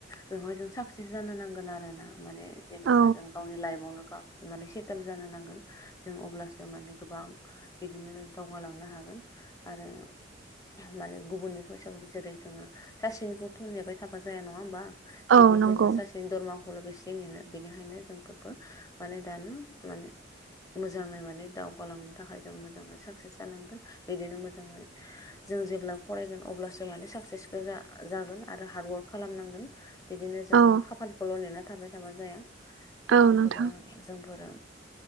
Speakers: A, on the left; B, on the right.
A: बेवहाय जों साकसेस जानो नांगोन आरोना माने जेनेबा
B: औ
A: जों गावनि लाइफआवनो गा माने सेटेल जानो नांगोन जों अब्लासो माने गोबां बिदिनो दावगालांनो हागोन आरो माने गुबुननि फैसाखौ जेरै जोङो सासेनिखौथ' नेबाय थाबा जाया नङा होमबा बिदि
B: औ नंगौ
A: जेनबा बिनि दरमाखौ बेसे नेनो बेनिखायनो जोंबो माने दानो माने मोजाङै माने दावगालांनो थाखाय जों मोजाङै साक्सेस जानांगोन बिदिनो मोजाङै जों जेब्ला फरायगोन अब्लासो माने साकसेसफुल जा जागोन आरो हार्डवार्क खालामनांगोन। बिदिनो जों
B: औ
A: खाफालखौल' नेना थाबाय थाबा जाया बिदिनो
B: औ नोंथां
A: गोबां जोंफोरा